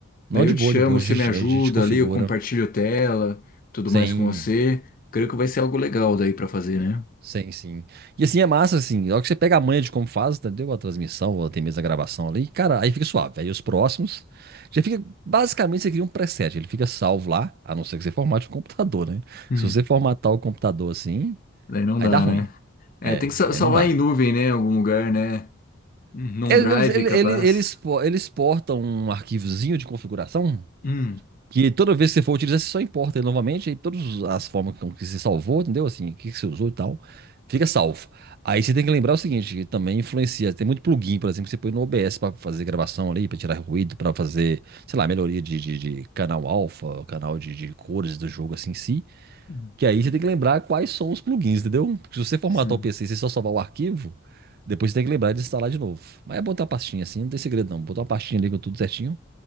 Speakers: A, on the right; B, on the left.
A: Não,
B: Daí eu
A: de
B: te
A: boa,
B: chamo,
A: de boa. A
B: você
A: gente,
B: me ajuda
A: a gente configura.
B: ali, eu compartilho tela, tudo
A: Sim.
B: mais com você. Creio que vai ser algo legal daí pra fazer, né?
A: Sim, sim. E assim, é massa, assim, logo que você pega a manha de como faz, entendeu? A transmissão, ou até mesmo a gravação ali, cara, aí fica suave. Aí os próximos, já fica, basicamente, você cria um preset, ele fica salvo lá, a não ser que você formate o computador, né?
B: Hum,
A: Se você formatar o computador assim,
B: Daí não
A: aí
B: dá,
A: dá ruim.
B: né? É,
A: É,
B: tem que sa-
A: aí
B: salvar
A: não dá.
B: em nuvem, né? Em algum lugar, né? Num
A: Eles,
B: uhum, drive,
A: eles,
B: capaz.
A: eles, eles, expo- eles exportam um arquivozinho de configuração,
B: hum,
A: Que toda vez que você for utilizar, você só importa ele novamente, aí todas as formas com que você salvou, entendeu? Assim, o que que você usou e tal, fica salvo. Aí você tem que lembrar o seguinte, que também influencia. Tem muito plugin, por exemplo, que você põe no OBS para fazer gravação ali, para tirar ruído, para fazer, sei lá, melhoria de, de, de canal alfa, canal de, de cores do jogo assim em si.
B: hum,
A: Que aí você tem que lembrar quais são os plugins, entendeu? Porque se você formatar
B: Sim.
A: o PC e você só salvar o arquivo, depois você tem que lembrar de instalar de novo. Mas é botar a pastinha assim, não tem segredo não. Botar uma pastinha ali com tudo certinho.